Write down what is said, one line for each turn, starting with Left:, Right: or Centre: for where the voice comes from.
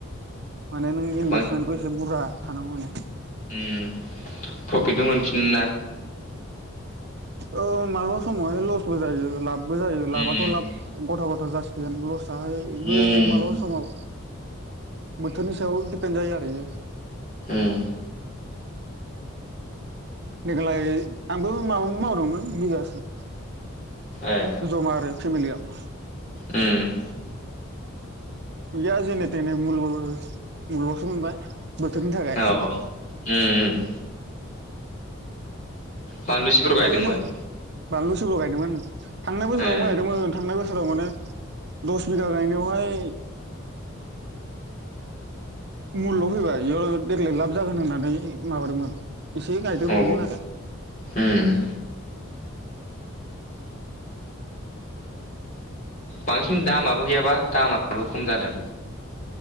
Right: माने नों इनभेस्मेन्टखौ
Left: बांसिन
Right: एसे बुुरजा थानांगौ माने
Left: ओम प्रफिटबो मोनफिनो ना
Right: अ माब्लाबा समावहाय लसबो जायो। लाबबो जायो लाबाथ'
Left: उम
Right: लाब गथा ग जासिगोन लस साहायबो
Left: उम
Right: मालाबा समाव बोथोरनि सायाव होनजायो आरो बियो
Left: ओम
Right: देग्लाय आंबो माबा मावदोंमोन बिगासे
Left: ए
Right: जमा आरो फेमिलियाव
Left: ओम
Right: गैया जेनेथेने मुलबो मुललसो मोनबाय बोथोरनि थाखाय
Left: औ उम उम बानलु सिब्र गायदोंमोन
Right: ओरैनो बानलु सिब्र गायदोंमोन ओं थांनाय बोसोरावबो
Left: ए
Right: गायदोंमोन थांनाय बो सोराव माने दस बिघा गायनायावहाय मुलल' फैबाय बेयाव देग्लाय लाब जागोन होननानै माबादोंमोन एसे गायदेर
Left: औ
Right: बावदोंमोन आरो
Left: उम बांसिन दामाबो गैयाबा दामाबो खम जादों।